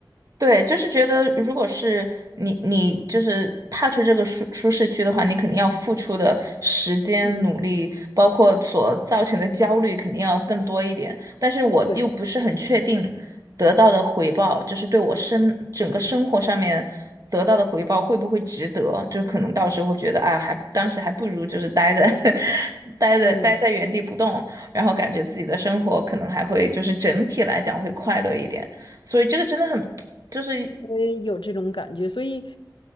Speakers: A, on the right; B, on the left.
A: 对，就是觉得，如果是你，你就是踏出这个舒舒适区的话，你肯定要付出的时间、
B: 嗯，
A: 努力，包括所造成的焦虑，肯定要更多一点。但是我又不是很确定得到的回报，
B: 对，
A: 就是对我生整个生活上面得到的回报会不会值得？就是可能到时候会觉得，哎，还当时还不如就是待在 <laughs> 待在待在原地不动，
B: 嗯，
A: 然后感觉自己的生活可能还会就是整体来讲会快乐一点。所以这个真的很，就是
B: 我也有这种感觉，所以。